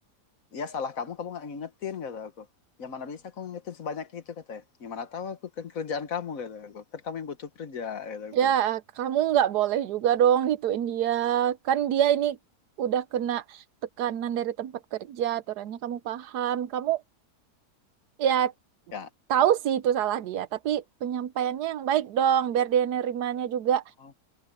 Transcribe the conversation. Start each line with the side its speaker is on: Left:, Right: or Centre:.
Left: ya salah kamu kamu nggak ngingetin kata aku yang mana bisa aku ngingetin sebanyak itu katanya gimana tahu aku kan kerjaan kamu kata aku kan kamu yang butuh kerja kata aku
Right: Ya, eh, kamu nggak boleh juga dong gituin dia. Kan dia ini udah kena tekanan dari tempat kerja, aturannya kamu paham. Kamu ya
Left: ya
Right: tahu sih itu salah dia, tapi penyampaiannya yang baik dong, biar dia nerimanya juga
Left: oh,